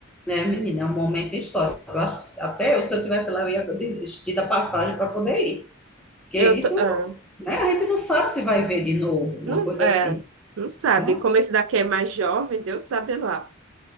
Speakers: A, in the centre; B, on the right (about 80°).
A: né, menina? É um momento histórico. Eu acho que até eu, se eu tivesse lá, eu ia desistir da passagem para poder ir. Porque
B: Eu
A: isso,
B: tô- ah,
A: não- né? A gente não sabe se vai ver de novo,
B: não,
A: uma coisa
B: é,
A: assim.
B: não sabe.
A: né?
B: Como esse daqui é mais jovem, Deus sabe lá.